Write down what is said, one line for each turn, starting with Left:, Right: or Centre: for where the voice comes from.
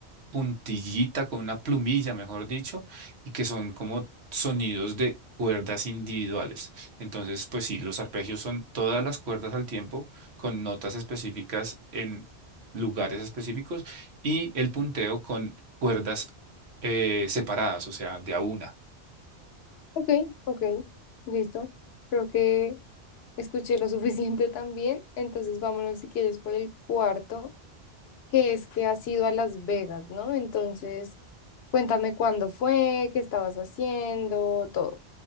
Right: puntillita, con una plumilla, mejor dicho, y que son como sonidos de cuerdas individuales. Entonces, pues sí, los arpegios son todas las cuerdas al tiempo, con notas específicas en lugares específicos, y el punteo con cuerdas eh, separadas, o sea, de a una.
Left: Ok, ok, listo. Creo que escuché lo <laughs> suficiente también, entonces vámonos si quieres por el cuarto, que es que has ido a Las Vegas, ¿no? Entonces, cuéntame cuándo fue, qué estabas haciendo, todo.